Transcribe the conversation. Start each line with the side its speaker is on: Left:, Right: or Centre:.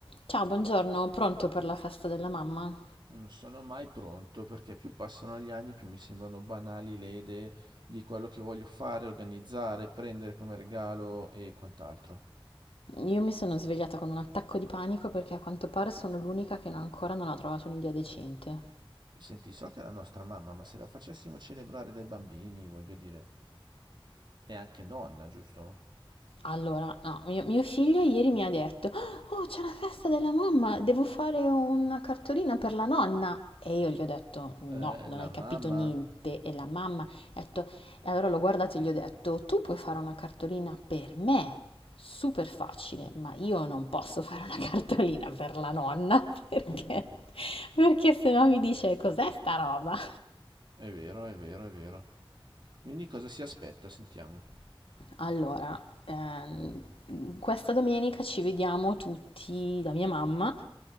Left: Ciao, buongiorno, pronto per la festa della mamma?
Right: Non sono mai pronto perché più passano gli anni, più mi sembrano banali le idee di quello che voglio fare, organizzare, prendere come regalo e quant'altro.
Left: Io mi sono svegliata con un attacco di panico perché a quanto pare sono l'unica che no- ancora non ha trovato un'idea decente.
Right: Senti, so che è la nostra mamma, ma se la facessimo celebrare dai bambini, voglio dire, è anche nonna, giusto?
Left: Allora, no, mio, mio figlio ieri mi ha detto, oh, c'è la festa della mamma, devo fare una cartolina per la nonna. E io gli ho detto, no,
Right: Eh,
Left: non
Right: la
Left: hai
Right: mamma.
Left: capito niente. E la mamma ha detto, e allora l'ho guardato e gli ho detto, tu puoi fare una cartolina per me, super facile, ma io non posso fare una <laughs> cartolina per la nonna, perché, perché se no mi dice, cos'è sta roba?
Right: È vero, è vero, è vero. Quindi cosa si aspetta? Sentiamo.
Left: Allora, ehm, questa domenica ci vediamo tutti da mia mamma,